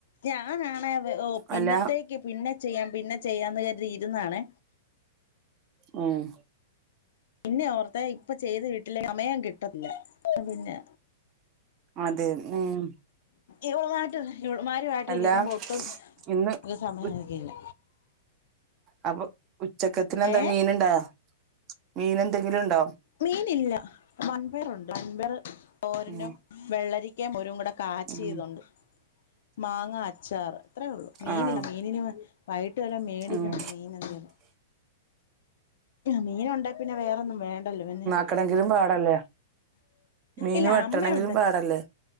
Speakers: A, on the left; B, on the right.
A: ഞാനാണെ ഓഹ് പിന്നത്തേക്ക്
B: അല്ല
A: പിന്നെ ചിയ്യാം പിന്നെ ചിയ്യാം കരുതി ഇരുന്നാണെ
B: ഉം
A: പിന്നെ ഓർത്തെ ഇപ്പൊ ചെയ്ത് വിട്ടിലെ സമയം കിട്ടത്തില്ല പിന്നെ
B: അതേ ഉം
A: ഇവളുമായിട്ട് ഇവളുമാരുമായിട്ട്
B: അല്ല
A: ഇരിക്കുമ്പൊ ഒട്ടും
B: ഇന്ന്
A: സമയം
B: ഉ
A: കിട്ടില്ല
B: അപ്പൊ ഉച്ചക്കത്തിന് എന്ത
A: ഏ
B: മീന്ണ്ടാ മീന് എന്തെങ്കിലും ഇണ്ടൊ
A: മീനില്ല വൺപയറുണ്ട് വൺപയറ് തോരനും
B: ഉം
A: വെള്ളരി ക്ക കുരുമുള കാച്ചീതുണ്ട്
B: ഉം
A: മാങ്ങ അച്ചാറ് അത്രെ ഉള്ളു മീനില്ല
B: ആഹ്
A: മീനിന് വൈകിട്ട് വല്ലൊം മേടിക്കണം
B: ഉം
A: മീന് എന്തേലും മീന് ഉണ്ടേ പിന്നെ വേറൊന്നും വേണ്ടല്ലൊ പിന്നെ
B: വെക്കണെങ്കിലും പാടല്ലെ മീന്
A: ഇല്ല
B: വെട്ടണെങ്കിലും
A: അമ്മയുണ്ട്
B: പാടല്ലെ